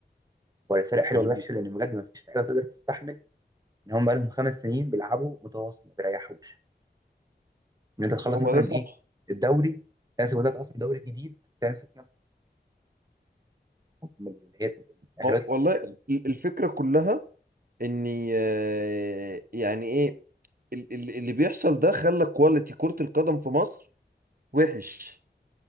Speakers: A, on the right; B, on the right.
A: ولا الفرق حلوه
B: مظبوط
A: ولا وحشه لان بجد ما فيش لعيبه تقدر تستحمل ان هم بقالهم خمس سنين بيلعبوا متواصل ما بيريحوش ان انت تخلص
B: هو
A: مثلا
B: ده صح
A: ايه الدوري تنسى وده اصلا دوري جديد تنسى من اللي هي التأهلات
B: هو- والله
A: الأفريقية
B: ال- الفكرة كلها اني آه، يعني ايه ال- ال- اللي بيحصل ده خلى كواليتي كرة القدم في مصر وحش